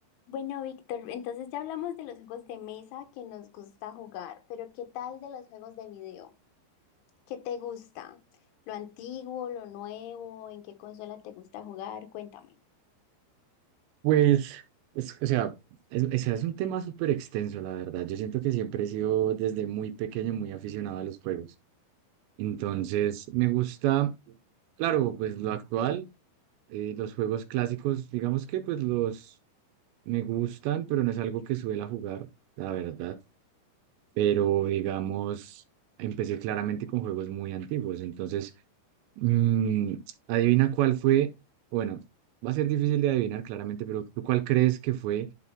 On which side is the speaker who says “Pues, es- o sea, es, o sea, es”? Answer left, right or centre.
Right